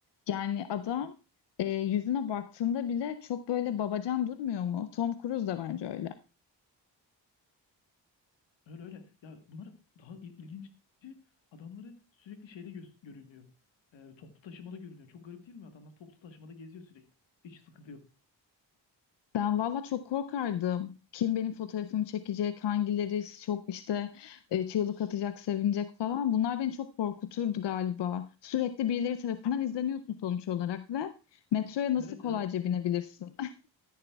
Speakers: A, on the left; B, on the left.
A: Yani adam e, yüzüne baktığında bile çok böyle babacan durmuyor mu? Tom Cruise da bence öyle.
B: Öyle öyle. Ya bunlar daha il- ilginci adamları sürekli şeyde gö- görünüyor. Ee, toplu taşımada görünüyor. Çok garip değil mi? Adamlar toplu taşımada geziyor sürekli. Hiç sıkıntı yok.
A: Ben valla çok korkardım. Kim benim fotoğrafımı çekecek, hangileri çok işte e, çığlık atacak, sevinecek falan. Bunlar beni çok korkuturdu galiba. Sürekli birileri tarafından izleniyorsun sonuç olarak ve metroya
B: Evet
A: nasıl kolayca
B: evet.
A: binebilirsin?